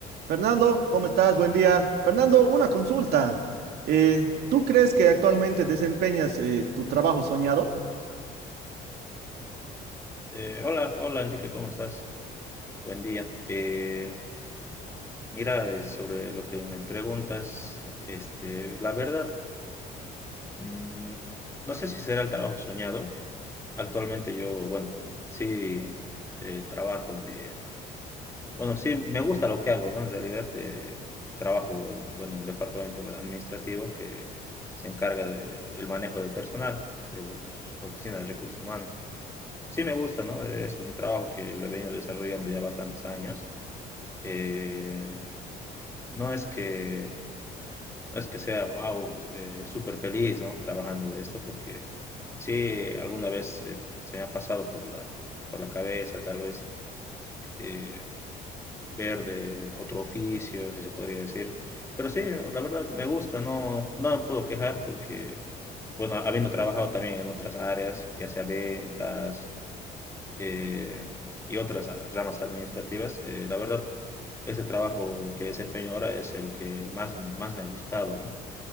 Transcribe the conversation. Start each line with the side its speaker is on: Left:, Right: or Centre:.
Right: Fernando, ¿cómo estás? Buen día. Fernando, una consulta. Eh, ¿tú crees que actualmente desempeñas eh, tu trabajo soñado?
Left: Eh, hola, hola Enrique, ¿cómo estás? Buen día. Eh, mira, eh, sobre lo que me preguntas, este, la verdad, mm, no sé si será el trabajo soñado. Actualmente yo, bueno, sí eh, trabajo de, bueno, sí me gusta lo que hago, ¿no? En realidad eh, trabajo en, bueno, un departamento bueno, administrativo que se encarga del manejo del personal, es la oficina de recursos humanos. Sí me gusta, ¿no? Es un trabajo que lo he venido desarrollando ya bastantes años eh, no es que no es que sea wow, eh, súper feliz, ¿no? Trabajando de esto, porque sí, alguna vez eh, se me ha pasado por la, por la cabeza, tal vez eh, ver de, de, otro oficio, si se podría decir. Pero sí, la verdad me gusta, no, no me puedo quejar porque, bueno, habiendo trabajado también en otras áreas, ya sea ventas, eh, y otras ramas administrativas. Eh, la verdad, ese trabajo que desempeño ahora es el que más, más me ha gustado, ¿no?